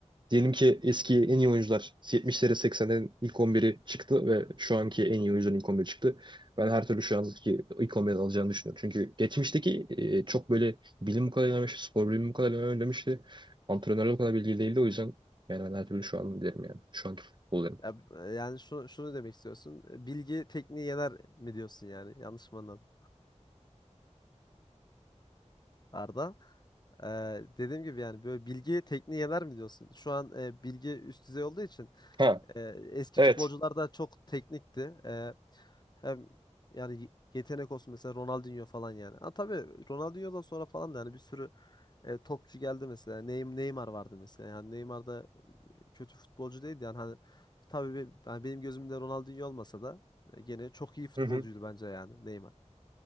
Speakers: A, on the right; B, on the left.
A: diyelim ki eski en iyi oyuncular 70'lere 80'lerin ilk on biri çıktı ve şu anki en iyi oyuncuların ilk 11'i çıktı. Ben her türlü şu anki ilk 11'i alacağını düşünüyorum. Çünkü geçmişteki e, çok böyle bilim bu kadar ilerlemiş, spor bilimi bu kadar ilerlemişti. Antrenörler o kadar bilgili değildi o yüzden yani ben her türlü şu an derim yani. Şu anki futbol derim.
B: Ya, e, yani şunu, şunu demek istiyorsun. e, Bilgi tekniği yener mi diyorsun yani? Yanlış mı anladım Arda? Ee, dediğim gibi yani böyle bilgi tekniği yener mi diyorsun? Şu an e, bilgi üst düzey olduğu için
A: Ha
B: e, eski
A: evet.
B: futbolcular da çok teknikti. E, Hem yani yetenek olsun mesela Ronaldinho falan yani. Ha tabii Ronaldinho'dan sonra falan da yani bir sürü e, topçu geldi mesela. Ney- Neymar vardı mesela. Yani Neymar da e, kötü futbolcu değildi yani hani tabii be- yani benim gözümde Ronaldinho olmasa da e, gene çok iyi futbolcuydu
A: Hı hı.
B: bence yani Neymar.